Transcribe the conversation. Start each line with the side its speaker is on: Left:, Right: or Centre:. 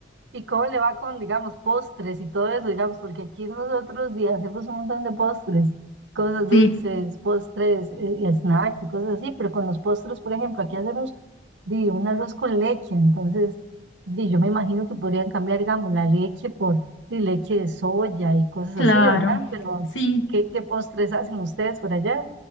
Right: ¿Y cómo le va con, digamos, postres y todo eso? Digamos, porque aquí nosotros di- hacemos un montón de postres, cosas dulces,
Left: Sí,
Right: postres eh, y snacks y cosas así, pero con los postres, por ejemplo, aquí hacemos di, un arroz con leche, entonces di, yo me imagino que podrían cambiar, digamos, la leche por di, leche de soya y cosas
Left: claro,
Right: así, ¿verdad? Pero,
Left: sí,
Right: ¿qué, qué postres hacen ustedes por allá?